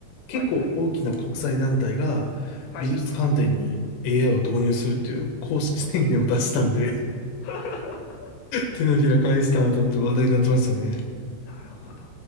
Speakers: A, on the left (about 85°); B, on the left (about 65°).
A: 結構大きな国際団体が美術観点に
B: はいはい。はい。
A: AI を導入するっていう公式宣言を出したんで、<laughs>
B: <laughs>
A: 手のひら返したなと思って話題になってましたね。
B: なるほど。